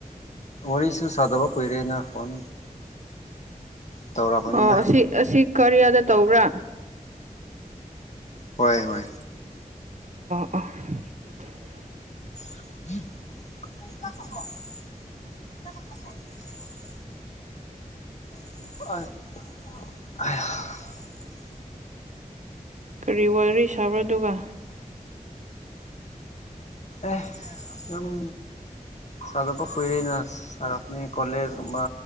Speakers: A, on the left; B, on the right.
A: ꯋꯥꯔꯤꯁꯨ ꯁꯥꯗꯕ ꯀꯨꯏꯔꯦꯅ ꯐꯣꯟ ꯇꯧꯔꯛꯄꯅꯤꯅ
B: ꯑꯣ ꯑꯁꯤ ꯑꯁꯤ ꯀꯔꯤꯌꯥꯗ ꯇꯧꯕ꯭ꯔꯥ꯫
A: ꯍꯣꯏ ꯍꯣꯏ
B: <inaudible>
A: <inaudible> <inaudible>
B: ꯀꯔꯤ ꯋꯥꯔꯤ ꯁꯥꯕ꯭ꯔꯥ ꯑꯗꯨꯒ꯫
A: ꯑꯦ ꯎꯝ ꯁꯥꯗꯕ ꯀꯨꯏꯔꯦꯅ ꯁꯥꯔꯛꯄꯅꯦ ꯀꯣꯂꯖ ꯃꯥ